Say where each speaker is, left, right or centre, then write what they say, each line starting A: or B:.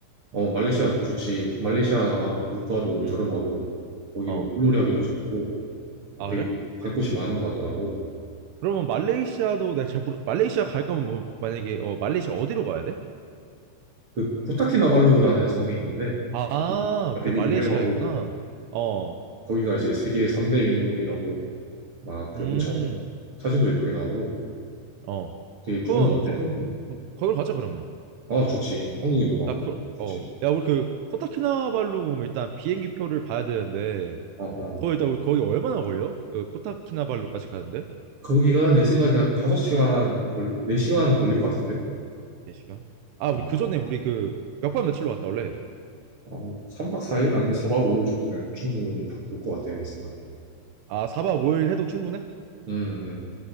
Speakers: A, on the right (about 35°); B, on the right (about 80°).
A: 어, 말레이시아 좋지. 말레이시아가 물가도
B: 응.
A: 저렴하고 거기
B: 어.
A: 뭐 물놀이 하기도 좋고 어,
B: 아,
A: 되게
B: 그래?
A: 갈 곳이 많은 것 같더라고.
B: 그러면 말레이시아도 내가 잘 몰라. 말레이시아 갈 거면 뭐 만약에 어 말레이시아 어디로 가야 돼?
A: 그 코타키나발루라는 섬이 있는데
B: 아,
A: 거기가
B: 그게
A: 되게
B: 말레이시아
A: 유명하고
B: 있구나. 어.
A: 거기가 이제 세계 3대 일몰이라고 막 그
B: 음.
A: 엄청 사진도 예쁘게 나오고
B: 어.
A: 되게
B: 그럼
A: 좋은 것
B: 거,
A: 같아. 한국, 음.
B: 거기로 가자 그러면.
A: 아, 좋지. 한국인도 많고
B: 야, 그,
A: 좋지.
B: 어. 야, 우리 그 코타키나발루 일단 비행기 표를 봐야 되는데
A: 어, 어.
B: 거의 다 거기 얼마나 걸려? 그 코타키나발루까지 가는데?
A: 거기가 내 생각에 한 다섯 시간 걸리, 4시간은 걸릴 것 같은데?
B: 4시간? 아,
A: 어,
B: 우리 그 전에 우리 그 몇 박 며칠로 왔다 원래.
A: 어, 3박 4일 아니면 4박 5일 정도면 충분히 다 볼 것 같아, 내 생각에.
B: 아, 4박 5일 해도 충분해?
A: 음, 음.